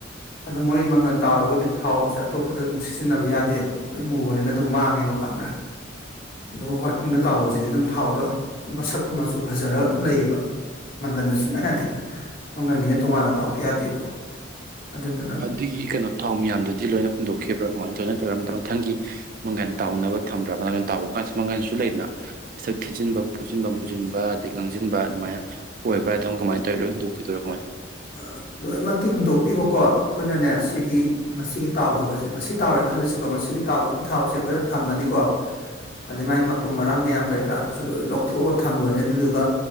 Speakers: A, on the left; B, on the right.
A: ꯑꯗꯨ ꯃꯣꯏ ꯃꯪꯒꯟ ꯇꯥꯎꯔꯒꯗꯤ ꯊꯥꯎꯖꯦ ꯑꯇꯣꯞꯄꯗ ꯑꯃꯨꯛ ꯁꯤꯖꯤꯟꯅꯕ ꯌꯥꯗꯦꯕ ꯂꯣꯏ ꯃꯨꯕꯅꯤꯅ ꯑꯗꯨꯝ ꯃꯥꯡꯉꯦ <unintelligible> ꯈꯪꯕ꯭ꯔ ꯑꯗꯨꯒ <unintelligible> ꯇꯥꯎꯕꯁꯤꯗꯤ ꯑꯗꯨꯝ ꯊꯥꯎꯗꫭ <unintelligible> ꯃꯁꯛꯇꯣ ꯃꯆꯨ ꯐꯖꯔꯒ ꯑꯗꯨꯝ ꯂꯩꯌꯦꯕ ꯃꯪꯒꯟꯗ ꯁꯨꯡꯌꯥ ꯌꯥꯗꯦ ꯃꯪꯒꯟꯒꯤꯅ ꯇꯣꯉꯥꯟꯅ ꯇꯥꯎꯗ ꯌꯥꯗꯦꯕ ꯑꯗꯨꯗꯨꯅ
B: ꯑꯗꯨꯒꯤ ꯀꯩꯅꯣ ꯊꯥꯎ ꯃꯌꯥꯝꯗꯨꯗꯤ ꯂꯣꯏꯅ ꯍꯨꯟꯗꯣꯛꯈꯤꯕ꯭ꯔ ꯀꯃꯥꯏꯅ ꯇꯧꯢ ꯅꯠꯇ꯭ꯔꯒꯅ ꯑꯝ ꯃꯊꯪꯒꯤ ꯃꯪꯒꯟ ꯇꯥꯎꯅꯕ ꯊꯝꯕ꯭ꯔ ꯃꯪꯒꯟ ꯇꯥꯎꯕ ꯀꯥꯟꯁꯨ ꯃꯪꯒꯟꯁꯨ ꯂꯩꯅ ꯃꯁꯛ ꯊꯤꯖꯤꯟꯕ ꯐꯨꯖꯤꯟ ꯃꯨꯖꯤꯟꯕ ꯑꯗꯒꯤ ꯉꯥꯡꯖꯤꯟꯕ ꯑꯗꯨꯃꯥꯏꯅ ꯑꯣꯏꯕ꯭ꯔ ꯑꯗꯨꯝ ꯀꯃꯥꯏ ꯇꯧꯢ ꯂꯣꯏ ꯍꯨꯟꯗꯣꯛꯈꯤꯗꫭꯏꯔꫭ
A: ꯑ ꯂꯣꯏꯃꯛꯇꯤ ꯍꯨꯟꯇꯣꯛ ꯇꯦꯕꯀꫭ ꯑꯈꯣꯏꯅꯅꯦ ꯁꯤꯒꯤ ꯉꯁꯤꯒꯤ ꯇꯥꯎꯒꯤꯕꯖꯦ ꯉꯁꯤ ꯇꯥꯎꯔꯦ ꯈꯜꯂꯁꯤꯀꯣ ꯉꯁꯤꯒꯤ ꯇꯥꯎꯒꯤꯕ ꯊꯥꯎꯁꯦ ꯈꯣꯏꯅ ꯊꯝꯃꯅꯤꯀꯣ ꯑꯗꯩ ꯃꯥꯏ ꯃꯀꯨꯝ ꯃꯔꯥꯡ ꯃꯌꯥꯝ ꯀꯔꯤ ꯀꯔꯥꯗꯨꯖꯨ ꯂꯣꯏ ꯂꯧꯊꯣꯑ ꯊꯝꯒ꯭ꯔꯅꯤ ꯑꯗꯨꯗꯨꯒ